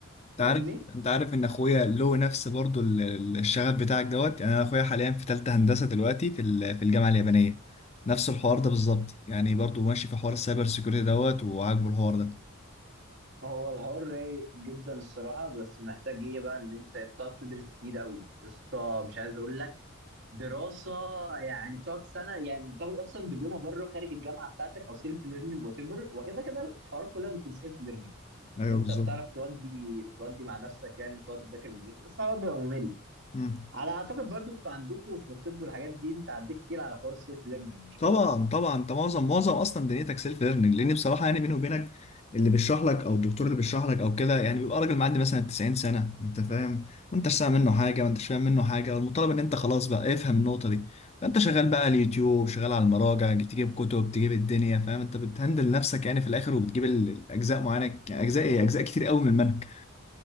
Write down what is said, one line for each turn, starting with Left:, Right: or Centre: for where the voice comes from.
Left: انت
Right: فاهمني
Left: عارف انت عارف ان اخويا له نفس برضو ال- ال- الشغف بتاعك دوت يعني انا اخويا حاليا في ثالثه هندسه دلوقتي في ال- في الجامعه اليابانيه نفس الحوار ده بالظبط يعني برضو ماشي في حوار السايبر سيكيورتي دوت وعاجبه الحوار ده
Right: هو الحوار رايق جدا الصراحة بس محتاج ايه بقى ان انت بتقعد تدرس كتير قوي يا اسطى مش عايز اقول لك دراسة يعني بتقعد سنة يعني بتاخد اصلا دبلومة بره خارج الجامعة بتاعتك او سيلف ليرنينج وات ايفر وكده كده الحوارات كلها بتكون سيلف ليرنينج
Left: ايوه
Right: ان انت
Left: بالظبط
Right: بتعرف تودي تودي مع نفسك يعني وتقعد تذاكر من النت بس الحوار بيبقى ممل
Left: مم.
Right: على اعتقد برضو انتوا عندكم في الطب والحاجات دي انت عديت كتير على حوار السيلف ليرنينج مش
Left: طبعا
Right: كده؟
Left: طبعا انت معظم معظم اصلا دنيتك سيلف ليرنينج لان بصراحه يعني بيني وبينك اللي بيشرح لك او الدكتور اللي بيشرح لك او كده يعني بيبقى راجل معدي مثلا 90 سنه انت فاهم ما انتش سامع منه حاجه ما انتش فاهم منه حاجه والمطالب ان انت خلاص بقى افهم النقطه دي فانت شغال بقى على اليوتيوب شغال على المراجع تجيب كتب تجيب الدنيا فاهم انت بتهندل نفسك يعني في الاخر وبتجيب ال- الاجزاء معينه يعني اجزاء ايه اجزاء كتير قوي من المنهج